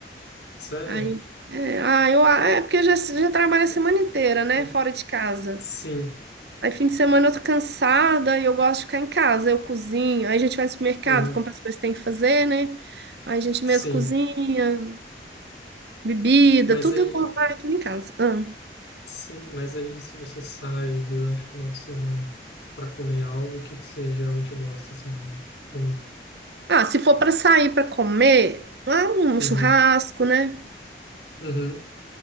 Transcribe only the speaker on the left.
Sério?
Mas.
Hum.
Sim.
Uhum.
Sim.
Mas
aí.
Sim, mas aí se você sai durante o final de semana para comer algo, o que que você geralmente gosta assim de comer?
Uhum.
Uhum.